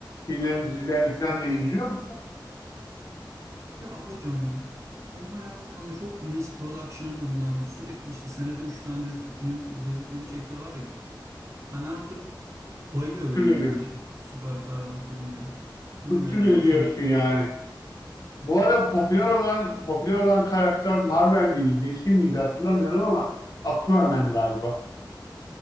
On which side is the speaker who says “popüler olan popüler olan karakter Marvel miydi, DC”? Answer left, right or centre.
Left